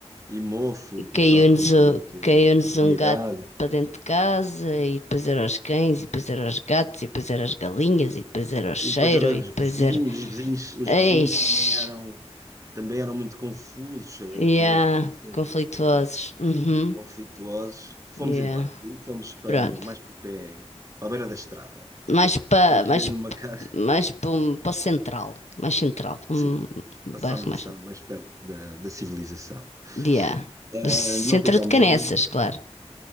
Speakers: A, on the right (about 30°); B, on the left (about 85°).
A: e mofo,
B: e caiu-nos
A: começou a apanhar
B: o-
A: muito
B: caiu-nos
A: umidade.
B: um gato para dentro de casa e depois eram os cães e depois eram os gatos e depois eram as galinhas e depois era o cheiro
A: E depois eram
B: e
A: os
B: depois
A: vizinhos,
B: era...
A: os vizinhos, os
B: Eish.
A: vizinhos também eram, também eram muito confusos,
B: Yeah,
A: aquilo ali sempre
B: conflituosos.
A: era
B: Uhum.
A: conflituosos. Fomos
B: Yeah.
A: embora, e fomos para,
B: Pronto.
A: mais para o pé, para a beira da estrada.
B: Mais para
A: Fomos viver
B: mais,
A: numa casa,
B: mais para o central, mais central,
A: <laughs>
B: para
A: sim,
B: um
A: passámos
B: bairro mais
A: a estar mais perto da, da civilização.
B: yeah.
A: Ah,
B: Do centro
A: não ficámos
B: de Canessas,
A: aí muito tempo,
B: claro.